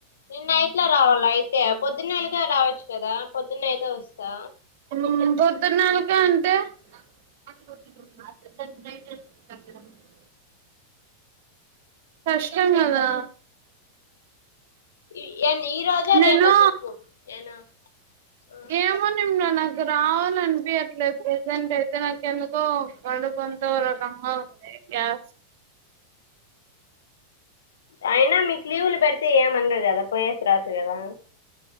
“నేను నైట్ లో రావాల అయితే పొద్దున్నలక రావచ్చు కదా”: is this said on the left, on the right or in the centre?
Left